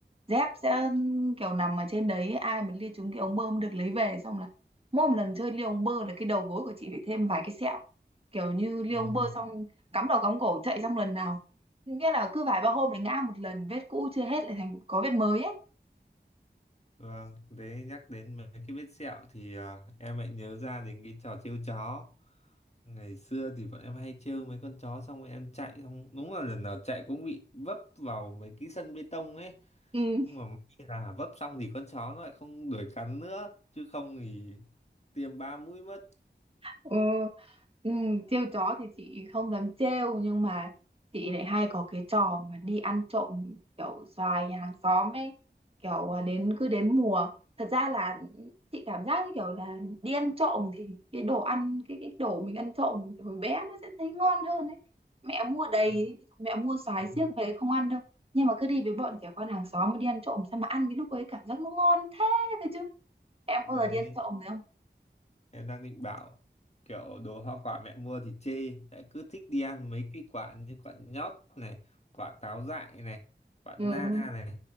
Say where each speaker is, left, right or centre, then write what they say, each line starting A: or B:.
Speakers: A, on the right; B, on the left.
A: dép sẽ kiểu nằm ở trên đấy ai mà lia trúng cái ống bơm được lấy về xong là mỗi một lần chơi ly ông bơ là cái đầu gối của chị phải thêm vài cái sẹo kiểu như ly
B: ừ.
A: ông bơ xong cắm đầu cắm cổ chạy xong lần nào nghĩa là cứ vài ba hôm lại ngã một lần vết cũ chưa hết lại thành có vết mới ấy
B: Vâng, thế nhắc đến mấy cái vết sẹo thì à, em lại nhớ ra đến cái trò trêu chó. Ngày xưa thì bọn em hay trêu mấy con chó xong rồi em chạy xong đúng là lần nào chạy cũng bị vấp vào mấy cái sân bê tông ấy.
A: Ừ.
B: Nhưng mà may là vấp xong thì con chó nó lại không đuổi cắn nữa chứ không thì tiêm ba mũi mất.
A: Ừ, ừ, trêu chó thì chị không dám trêu nhưng mà chị lại hay có cái trò mà đi ăn trộm kiểu xoài nhà hàng xóm ấy kiểu à, đến cứ đến mùa thật ra là chị cảm giác như kiểu là đi ăn trộm thì cái đồ ăn cái cái đồ mình ăn trộm kiểu hồi bé nó sẽ thấy ngon hơn ấy mẹ mua đầy
B: Đúng.
A: ấy, ví dụ mẹ mua xoài
B: <laughs>
A: xiếc về không ăn đâu nhưng mà cứ đi với bọn trẻ con hàng xóm mà đi ăn trộm sao mà ăn cái lúc ấy cảm giác nó ngon thế đấy chứ em
B: Đấy.
A: có bao giờ đi ăn trộm rồi không
B: em đang định bảo kiểu đồ hoa quả mẹ mua thì chê lại cứ thích đi ăn mấy cái quả như quả nhót này quả táo dại này quả
A: ừ
B: na này